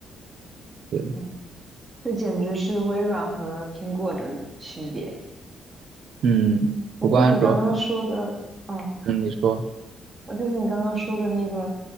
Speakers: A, on the right (about 65°); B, on the right (about 20°).
A: 对，
B: 嗯，这简直是微软和苹果的区别。
A: 嗯，
B: 不过你刚刚说的，
A: 不过安卓还
B: 嗯，
A: 嗯，你说，
B: 我就是你刚刚说的那个，